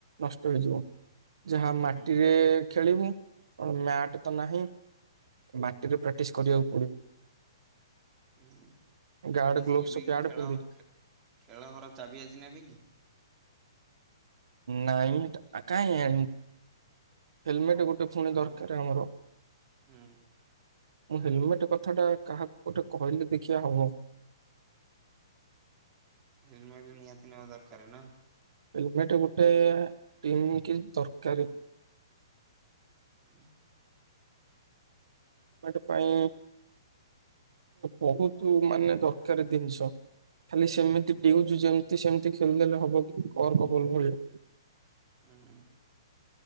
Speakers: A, on the right; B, on the right.
A: ନଷ୍ଟ ହେଇଯିବ। ଯାହା ମାଟିରେ
B: ହୁଁ
A: ଖେଳିବୁ ମ୍ୟାଟ ତ ନାହିଁ ମାଟିରେ ପ୍ରାକ୍ଟିସ କରିବାକୁ ପଡିବ।
B: ହୁଁ
A: ଗାର୍ଡ
B: ଆଜି
A: ଗ୍ଲୋଭସ
B: ନେବି
A: ପ୍ୟାଡ
B: କି ଖେଳ
A: ପିନ୍ଧିକି
B: ଖେଳ ହର ଚାବି ଆଜି ନେବ କି?
A: ନାଇ କାଇଁ ଆ ହେଲମେଟ
B: ହଁ
A: ଗୋଟେ
B: ଭଲ
A: ପୁଣି
B: ତ
A: ଦରକାର
B: ନାହିଁ।
A: ଆମର।
B: ହୁଁ
A: ମୁଁ ହେଲମେଟ କଥା ଟା କାହାକୁ ଗୋଟେ କହିଲେ ଦେଖିବା ହବ।
B: ହେଲମେଟ ନିହାତି ନେବା ଦରକାର ନା।
A: ହେଲ୍ମେଟ ଗୋଟେ ଟିମ କି ଦରକାର।
B: ହୁଁ
A: ଟ ପାଇଁ ବହୁତ ମାନେ ଦରକାର ଜିନିଷ ଖାଲି ସେମିତି ଉଜୁ ଯେମିତି ସେମିତି ଖେଳିଦେଲେ ହବ କି କରର୍କବଲ ଭଳିଆ
B: ହୁଁ